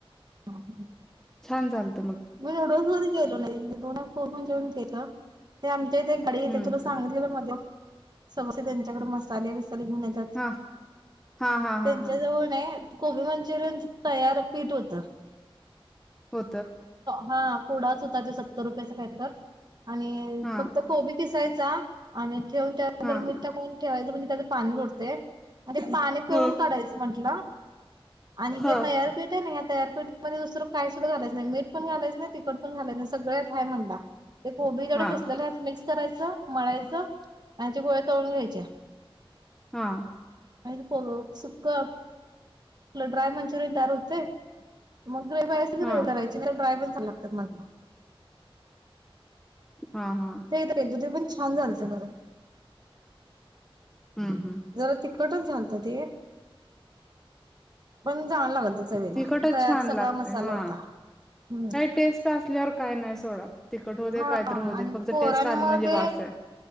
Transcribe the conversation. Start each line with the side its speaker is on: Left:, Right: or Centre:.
Right: ह
Centre: छान चालत.
Right: मी एवढो सो के दोनूर् जेवन घेत ते आमच्या. ते गडीेते
Centre: हम्म
Right: तुला सांगत गेलं मध्ये स त्यांच्याकडे मसाले. येतात त्यांच
Centre: हा हा हा हा हा
Right: जवन आहे. गोबी मंचुरियन तयार पीठ होत.
Centre: हो.
Right: हा पुोडाच होता ते सत्तर रुपयाेचा खही तर आणि
Centre: हा
Right: फक्त कोबी किसायचा आणि ठेवून त्यानंतर
Centre: हा
Right: मिीठ कोण ठेवायचं म्हण त्यात पाणी लडते. आणि पाणी पिऊून
Centre: ह
Right: काढायचं म्हटलं. आणि जे
Centre: ह
Right: तयारपीठ आहे ना या तयारपीठमध्येध्ये दुसरं काही सुद्धा करायच नाही मीठ पण घालायच नाही तिकड पण घालायच नाही सगळत हाय म्हणला ते कोबी जोड
Centre: हा
Right: खेसलेला मिस करायचं मळायचं आणि ते गोळ्या तळून घ्यायचे च्या
Centre: हा
Right: अ पोलो सुख ड्राय मंचुरयन दार होते मग कय
Centre: हा
Right: ड्राय् मंचुरी गत म्हटला
Centre: हा हा
Right: नाही तर येतो ते पण छान झालतं खरं
Centre: हम्म हम्म
Right: जरा तिकटच चालतं ते पण चांगलं लागलतं चवीला
Centre: तिकटच
Right: तयार
Centre: छान
Right: सगळा
Centre: लागते
Right: मसाला
Centre: हा
Right: होता हम्म
Centre: काही टेस्ट असल्यावर काय नाही सोडा तिखट होऊ दे
Right: हा
Centre: काय तर होऊ दे
Right: आणि
Centre: फक्त
Right: पोरांमुळे
Centre: टेस्ट आली म्हणजे
Right: ते
Centre: बास आहे